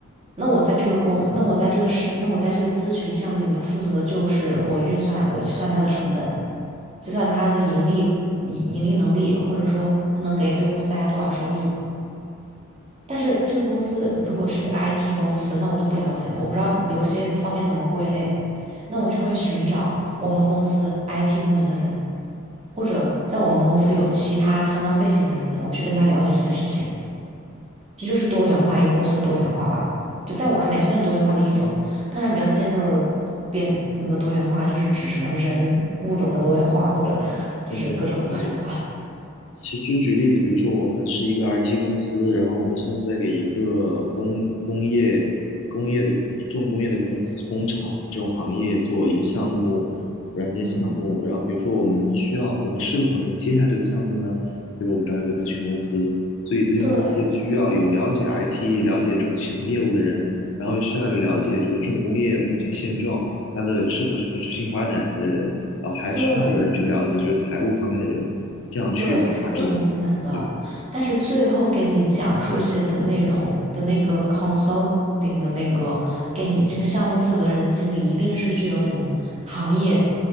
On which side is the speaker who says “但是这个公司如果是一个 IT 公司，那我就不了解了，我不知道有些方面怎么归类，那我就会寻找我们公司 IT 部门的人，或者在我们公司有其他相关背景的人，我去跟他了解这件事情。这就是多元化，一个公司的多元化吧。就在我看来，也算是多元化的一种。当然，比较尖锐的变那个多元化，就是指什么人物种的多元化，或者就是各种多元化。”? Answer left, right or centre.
Right